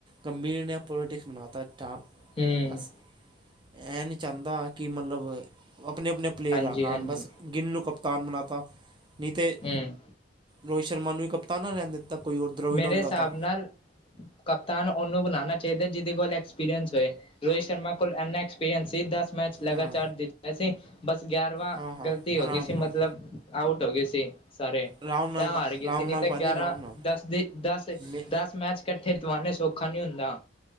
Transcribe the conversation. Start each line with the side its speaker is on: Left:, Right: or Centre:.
Right: ਗੰਭੀਰ ਨੇ ਪੋਲੀਟਿਕਸ ਬਨਾਤਾ ਟ
Left: ਹੂੰ
Right: ਬਸ, ਇਹ ਨਹੀਂ ਚਾਹੁੰਦਾ, ਕਿ ਮਤਲਬ ਆਪਣੇ- ਆਪਣੇ। ਪਲੇਅਰ
Left: ਹਾਂਜੀ
Right: ਆ
Left: ਹਾਂਜੀ
Right: ਆਨ ਬਸ, ਕਿਨੂੰ ਕਪਤਾਨ ਬਣਾ ਤਾ। ਨਹੀਂ ਤੇ,
Left: ਹੂੰ
Right: ਰੋਹਿਤ ਸ਼ਰਮਾ ਨੂੰ ਵੀ ਕਪਤਾਨ ਨਾ ਰਹਿਣ ਦਿੱਤਾ। ਕੋਈ ਹੋਰ ਦ੍ਰਵਿੜ
Left: ਮੇਰੇ
Right: ਹੁੰਦਾ
Left: ਹਿਸਾਬ
Right: ਤਾਂ
Left: ਨਾਲ, ਕਪਤਾਨ ਉਹਨੂੰ ਬਣਾਉਣਾ, ਚਾਹੀਦਾ ਜਿਹਦੇ ਕੋਲ ਐਕਸਪੀਰੀਅੰਸ ਹੋਏ। ਰੋਹਿਤ ਸ਼ਰਮਾ ਕੋਲ, ਇੰਨਾ ਐਕਸਪੀਰੀਅੰਸ ਸੀ। ਦਸ ਮੈਚ ਲਗਾਤਾਰ
Right: ਹਾਂ
Left: ਜੀਤਿਆ ਸੀ। ਬਸ ਗਿਆਰਵਾਂ,
Right: ਹਾਂ ਹਾਂ
Left: ਗ਼ਲਤੀ ਹੋ
Right: ਆਰਾਮ
Left: ਗਈ ਸੀ। ਮਤਲਬ।
Right: ਨਾਲ
Left: ਆਊਟ ਹੋ ਗਏ ਸੀ। ਸਾਰੇ
Right: ਰਾਮ ਨਾਲ
Left: ਤਾਂ,
Right: ਭਾ
Left: ਹਾਰ ਗਏ
Right: ਰਾਮ
Left: ਸੀ। ਨੀ
Right: ਨਾਲ
Left: ਤੇ
Right: ਭਾਜੀ
Left: ਗਿਆਰਾਂ
Right: ਰਾਮ ਨਾਲ
Left: ਦਸ ਦੇ ਦਸ।
Right: ਮੈਂ
Left: ਦਸ ਮੈਚ ਇਕੱਠੇ ਜਿਤਵਾਨੇ ਸੌਖਾ ਨਹੀਂ ਹੁੰਦਾ।